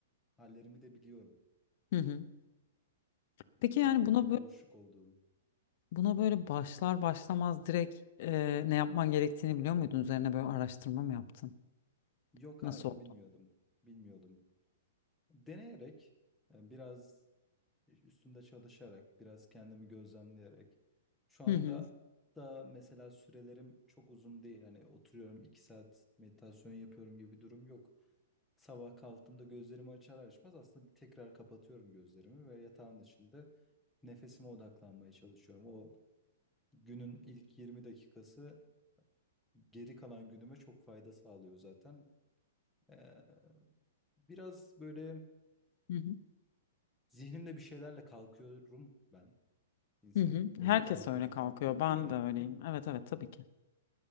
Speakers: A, in the centre; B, on the left (about 50°).
A: hallerimi de biliyorum.
B: Hı hı.
A: Yani
B: Peki
A: tamamen
B: yani buna böyle,
A: boşluk olduğu.
B: buna böyle başlar başlamaz direkt e, ne yapman gerektiğini biliyor muydun? Üzerine böyle araştırma mı yaptın?
A: Yok
B: Nasıl
A: hayır
B: oldu?
A: bilmiyordum. Bilmiyordum. Deneyerek e, biraz üstünde çalışarak, biraz kendimi gözlemleyerek. Şu anda
B: Hı hı.
A: da mesela sürelerim çok uzun değil. Hani oturuyorum iki saat meditasyon yapıyorum gibi bir durum yok. Sabah kalktığımda gözlerimi açar açmaz aslında tekrar kapatıyorum gözlerimi ve yatağın içinde nefesime odaklanmaya çalışıyorum. O günün ilk 20 dakikası geri kalan günüme çok fayda sağlıyor zaten. Ee, biraz böyle
B: Hı hı.
A: zihnimde bir şeylerle kalkıyorum ben. İnsan
B: Hı hı.
A: öyle
B: Herkes
A: kalkıyor,
B: öyle kalkıyor. Ben
A: değil mi?
B: de öyleyim. Evet evet tabii ki.